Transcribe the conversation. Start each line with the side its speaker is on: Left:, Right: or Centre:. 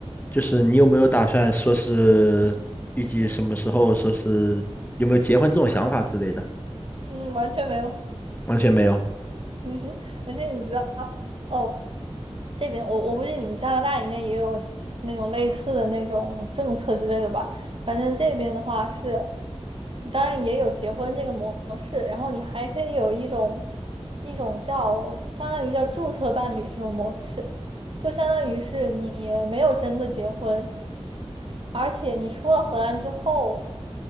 Left: 就是你有没有打算说是预计什么时候，
Right: <laughs> 嗯
Left: 说是有没有结婚这种想法之类的？
Right: 嗯，完全没有，
Left: 完全没有。
Right: <laughs> 嗯哼，而且你知道，哦，这边我我估计你们加拿大应该也有西那种类似的那种政策之类的吧？反正这边的话是，当然也有结婚这个模式，然后你还可以有一种一种叫相当于叫注册伴侣这种模式，就相当于是你没有真的结婚，而且你出了荷兰之后，